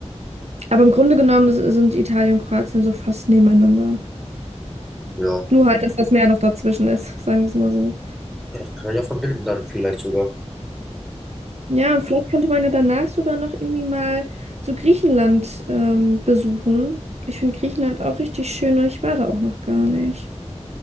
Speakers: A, on the right; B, in the centre.
A: Aber im Grunde genommen s- sind Italien und Kroatien so fast nebeneinander.
B: Ja,
A: Nur halt, dass das Meer noch dazwischen ist, <laughs> sagen wir es mal so.
B: das kann man ja verbinden dann vielleicht sogar.
A: Ja, und vielleicht könnte man ja danach sogar noch irgendwie mal so Griechenland ähm, besuchen. Ich finde Griechenland auch richtig schön und ich war da auch noch gar nicht.